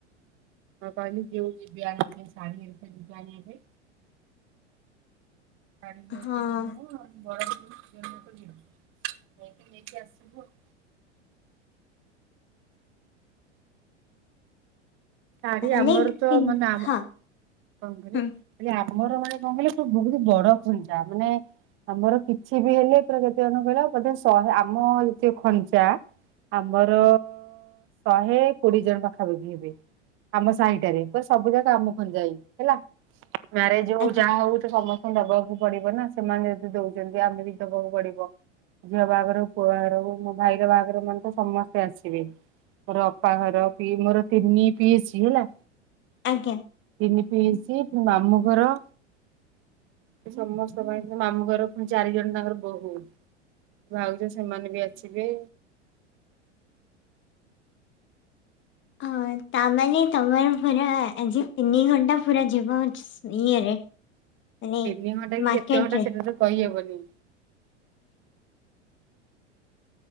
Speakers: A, on the right; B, on the left.
A: ମୁ କହିଲି ଯୋଉ ଯିବେ ଆଣିବେ ସାଢି ଆଣିବା ପାଇଁ କାର କରିକି
B: ହଁ
A: ଜୀମୁ ଆଉ। ବଡ ଜନ୍ମକୁ ଯିବୁ ଯାଇକି ନେଇକି ଆସିବୁ ଆଉ। ଶାଢ଼ୀ
B: ତାହେଲେ
A: ଆମର ତ
B: କିନ୍-
A: ମାନେ ଆମ
B: ହଁ
A: କଣ କହିଲେ
B: ହୁଁ
A: ଆମର ମାନେ କଣ କହିଲେ ବହୁତ ବଡ ଖଞ୍ଜା ମାନେ ଆମର କିଛି ବି ହେଲେ ପୁରା କେତେ କଣ କହିଲ ବୋଧେ ଶହେ ଆମଟ ଯେତିକ ଖଞ୍ଜା ଆମର ଶହେ କୋଡିଏ ଜଣ ପାଖାପାଖି ହେବେ ଆମ ସାହିଟାରେ ପୁରା ସବୁ ଜାକ ଆମ ଖଞ୍ଜାରେ। ହେଲା ମ୍ୟାରେଜ ହଉ
B: ଆଜ୍ଞା
A: ଯାହା ହଉ ତ ସମସ୍ତେ ଦବାକୁ ପଡିବ ନା ସେମାନେ ଯଦି ଦଉଛନ୍ତି ଆମେ ବି ଦବାକୁ ପଡିବ। ଝିଅ ବାହାଘର ହୋଉ ପୁଅ ବାହାଘର ହୋଉ ମୋ ଭାଇର ବାହାଘର ମାନେ ତ ସମସ୍ତେ ଆସିବେ। ମୋର ଅପାଘର ପିଇ ମୋର ତିନି ପିଇସି ହେଲା।
B: ଆଜ୍ଞା
A: ତିନି ପିଇସି ପୁଣି ମାମୁଁ ଘର। ସମସ୍ତଙ୍କ ପାଇଁ ମାମୁ ଘର ପୁଣି ଚାରି ଜଣ ତାଙ୍କର ବୋହୂ। ଭାଉଜ ସେମାନେ ବି ଆସିବେ।
B: ହଁ ତାମାନେ ତମର ପୁରା ଆଜି ତିନି ଘଣ୍ଟା ପୁରା ଯିବ। ଇଏରେ ମାନେ
A: ତିନି ଘଣ୍ଟା
B: ମାର୍କେଟରେ
A: କି କେତେ ଘଣ୍ଟା ସେଇଟା ତ କହିହେବନି।